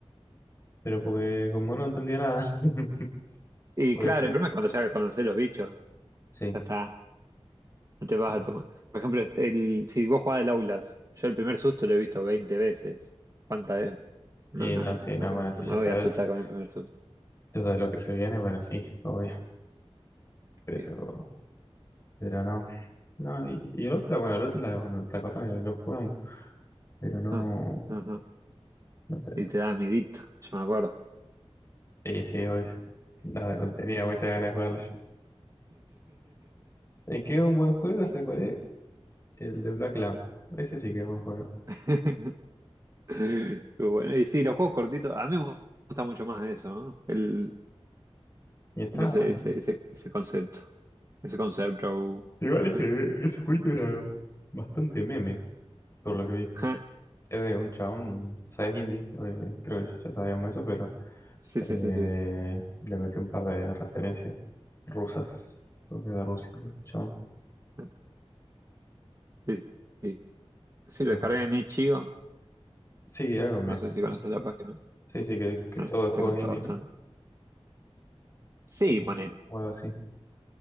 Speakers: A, on the left; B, on the right.
A: Pero porque como no entendía nada. <laughs>
B: Y
A: Porque
B: claro,
A: encima.
B: el problema es cuando ya conocés los bichos,
A: Sí.
B: ya está, no te vas
A: no.
B: a tomar. Por ejemplo, el, si vos jugás al Aulas, yo el primer susto lo he visto 20 veces. ¿Cuántas veces? No,
A: Y
B: no,
A: no,
B: no,
A: sí, no,
B: no
A: bueno, si ya
B: me
A: sabes,
B: voy a asustar con el primer susto.
A: ya sabes lo que se viene, bueno, sí, obvio. Pero,
B: Y, sí.
A: pero no. No, y, y el otro, bueno, el otro, la- bueno, te acordás que lo jugamos. Pero no,
B: Ujú, ujú.
A: no sé.
B: Y te da miedito, yo me acuerdo.
A: Sí, sí, obvio. No, no tenía muchas ganas de jugarlo yo. El que es un buen juego, ¿sabes cuál es? El de Black Lamb. Ese sí que es buen juego.
B: <laughs> <laughs> Estuvo bueno. Y sí, los juegos cortitos, a mí me gusta mucho más eso, ¿no? El,
A: Y estaba
B: no sé,
A: bueno.
B: ese, ese, ese concepto. Ese concepto.
A: Igual
B: <laughs>
A: ese, ese jueguito era bastante meme, por lo que vi.
B: Ajá.
A: Es de un chabón, o sea, es indie, eh, creo que ya sabíamos eso, pero
B: Sí, sí,
A: eh,
B: sí, sí.
A: le metí un par de referencias rusas, creo que de Rusia, el chabón,
B: Ah, Sí, sí. Sí,
A: por
B: lo
A: ejemplo.
B: descargué en Itch.io.
A: Sí, algo me
B: No
A: has
B: sé
A: contado.
B: si conoces la página.
A: Sí, sí, que, que
B: Eh,
A: es todo de juegos
B: Te he contado
A: indie,
B: bastante.
A: ¿no?
B: Sí,
A: O,
B: poner.
A: o algo así.